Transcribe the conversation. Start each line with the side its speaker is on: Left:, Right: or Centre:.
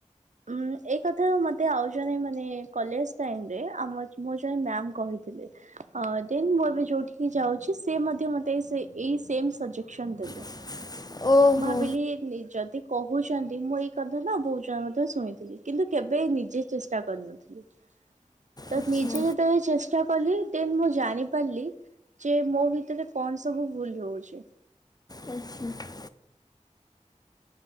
Right: ଉଁ ଏଇକଥା ମୋତେ ଆଉ ଜଣେ ମାନେ କଲେଜ୍ ଟାଇମରେ ଆ ମୋ ଜଣେ ମ୍ୟାମ୍ କହିଥିଲେ। ହଁ ଦେନ୍ ମୁଁ ଏବେ ଯୋଉଠିକି ଯାଉଚି ସେମଧ୍ୟ ମତେ ଏଇ ସେମ୍ ସଜେସନ୍ ଦେଲେ।
Left: <inaudible> ଓହୋ
Right: ଭାବିଲି ଯଦି କହୁଛନ୍ତି ମୁଁ ଏଇ କଥାନା ବହୁତ୍ ଜଣ ଶୁଣିଥିଲି କିନ୍ତୁ କେବେ ନିଜେ ଚେଷ୍ଟା କରିନଥିଲି। ତ
Left: ଆଚ୍ଛା।
Right: ନିଜେ ଯେତେବେଳେ ଚେଷ୍ଟା କଲି ଦେନ୍ ମୁଁ ଜାଣି ପାରିଲି ଯେ ମୋ ଭିତରେ କଣ ସବୁ ଭୁଲ ହଉଛି।
Left: ଆଚ୍ଛା।